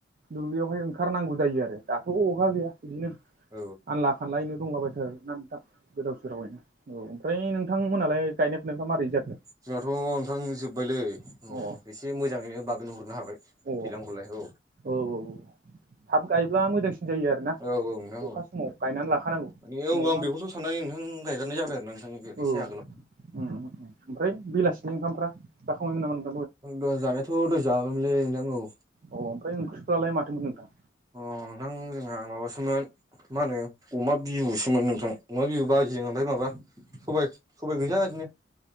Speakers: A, on the right; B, on the right.
A: दुब्लियावहाय ओंखारनांगौ जायो आरो दाथ' अखा गैया बिदिनो
B: <unintelligible>
A: आनला खानलायैनो दंलाबायथारो ना नोंथां गोदाव सोरावैनो औ ओमफ्राय नोंथांमोनालाय गायनाय फुनायफ्रा मारै जाखो
B: जोंहाथ' नोंथां जोब्बायलै
A: अ
B: एसे मोजाङैनो बाबेन हरनो हाबाय।
A: अ
B: <unintelligible>
A: औ औ औ। थाब गायब्ला मोजांसिन जायो आरोना
B: औ औ नोंथां
A: अखा
B: औ।
A: समाव गायनानै लाखानांगौ
B: माने औ
A: नङाबा
B: आं बेखौथ' साननानै नोंथां गायगारनाय जाबाय आरो ना नोंथांनि
A: औ
B: एसे आगोलावा
A: ओमफ्राय बेलासिनि ओंखामफ्रा जाखांबायमोन नामा नोंना
B: दहाय जानायाथ' दहाय जायामायोनलै नोंथां औ।
A: अ ओमफ्राय ओंख्रिफोरालाय माथोमोन नोंथां?
B: अ नोंथां जोंहा माबासोमोना मा होनो अमा बिबुसोमोन नोंथां अमा बिबु बाजिजों ओमफाय माबा सबाय सबाय गोजा ओरैनो